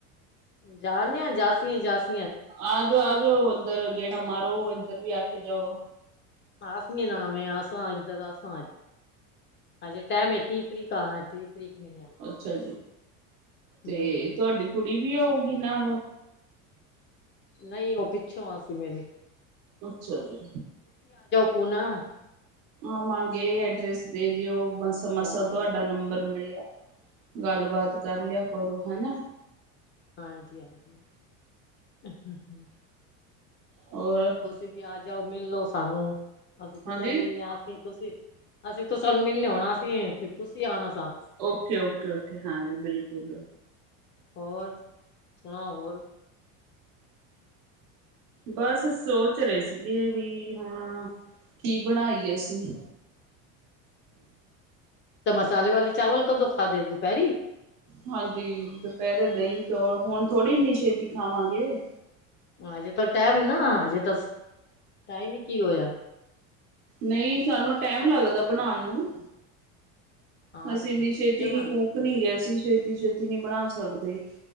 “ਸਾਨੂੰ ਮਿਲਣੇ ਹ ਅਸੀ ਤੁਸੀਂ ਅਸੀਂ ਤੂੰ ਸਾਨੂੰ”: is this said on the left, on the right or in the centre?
Left